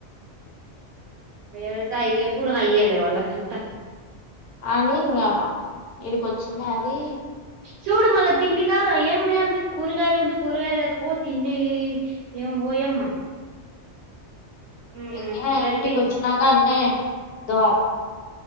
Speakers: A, on the right; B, on the left.
A: వీళ్ళతో ఎప్పుడు అయ్యేలే వాళ్లకు అంత
B: అని ఇంకా ఈడికి వచ్చినది
A: చూడు మళ్ళ తిండి కాడ ఏమ్మే అంత కూరగాయలు ఉండి కూరగాయలు ఎత్తుకుపో తిని ఏం ఓయమ్మ ఉమ్
B: ఇంగా
A: సరిపోయింది
B: ఇంటికి వచ్చినాక అన్నే దో